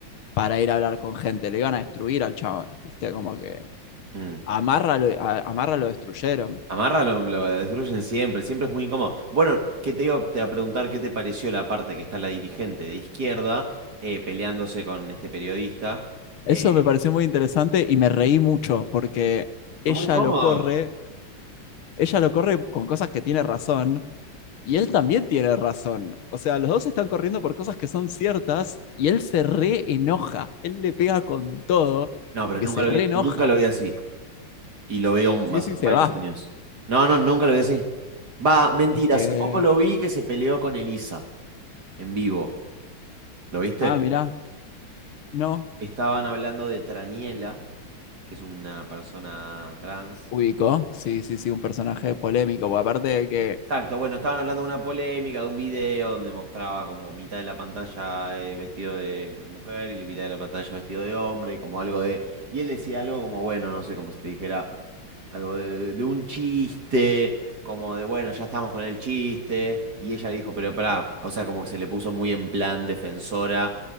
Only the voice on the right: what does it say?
Mm.
Amarra lo, lo destruyen siempre, siempre es muy incómodo. Bueno, ¿qué te iba te iba a preguntar qué te pareció la parte que está la dirigente de izquierda eh, peleándose con este periodista? Eh,
fue
muy incómodo.
No, pero
nunca
lo
vi,
nunca lo vi así. Y lo veo
hace
varios
años. No, no, nunca lo vi así. Va, mentira,
hace poco lo vi que se peleó con Elisa en vivo. ¿Lo viste?
Estaban hablando de Traniela, que es una persona trans.
Exacto, bueno, estaban hablando de una polémica, de un video donde mostraba como mitad de la pantalla eh, vestido de mujer y la mitad de la pantalla vestido de hombre y como algo de... Y él decía algo como, bueno, no sé, como si te dijera... Algo de, de un chiste, como de, bueno, ya estamos con el chiste. Y ella le dijo, pero pará, o sea, como que se le puso muy en plan defensora